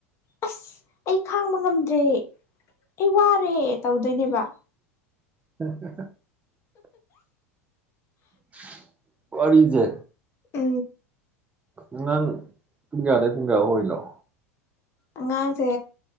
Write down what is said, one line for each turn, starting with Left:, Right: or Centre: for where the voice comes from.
Left: ꯑꯁ ꯑꯩ ꯈꯥꯡꯕ ꯉꯝꯗ꯭ꯔꯦ ꯑꯩ ꯋꯥꯔꯦ ꯇꯧꯗ ꯅꯦꯕ
Right: <unintelligible> <unintelligible> ꯑꯣꯏꯔꯤꯖ
Left: ꯑ
Right: ꯑꯉꯥꯡ ꯄꯨꯡ ꯀꯌꯥꯗꯩ ꯄꯨꯡ ꯀꯌꯥ ꯍꯣꯂꯣ
Left: ꯑꯉꯥꯡꯁꯦ